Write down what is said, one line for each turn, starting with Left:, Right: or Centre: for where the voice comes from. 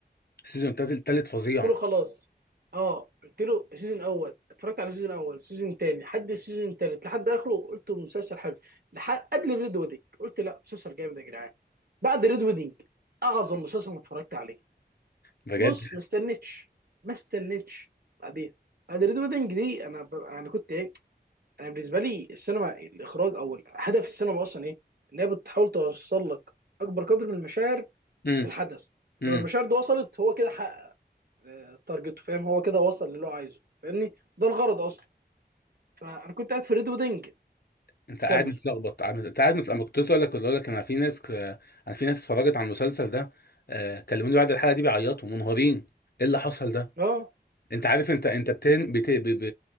Left: السيزون التالت التالت فظيع
Right: قلت له خلاص اه قلت له السيزون الاول اتفرجت على السيزون الاول السيزون التاني لحد السيزون التالت لحد اخره قلت مسلسل حلو لحد قبل الريد ويدنج قلت لا مسلسل جامد يا جدعان بعد الريد ويدنج اعظم مسلسل ما اتفرجت عليه
Left: بجد
Right: بص ما استنتش ما استنتش بعدين بعد ريد ويدنج دي انا ب... انا كنت ايه انا بالنسبه لي السينما الاخراج او ال- هدف السينما اصلا ايه ان هي بتحاول توصل لك اكبر قدر من المشاعر
Left: امم
Right: في الحدث
Left: امم
Right: لو المشاعر دي وصلت هو كده حقق تارجته فاهم هو كده وصل للي هو عايزه فاهمني ده الغرض اصلا فانا كنت قاعد في ريد ويدنج
Left: انت قاعد
Right: كمل
Left: متلخبط عم- انت قاعد متلخبط انا كنت لسه اقول لك اقول لك انا في ناس انا في ناس اتفرجت على المسلسل ده آه، كلموني بعد الحلقه دي بيعيطوا منهارين ايه اللي حصل ده
Right: اه
Left: انت عارف انت انت بتن... بت... ب... ب...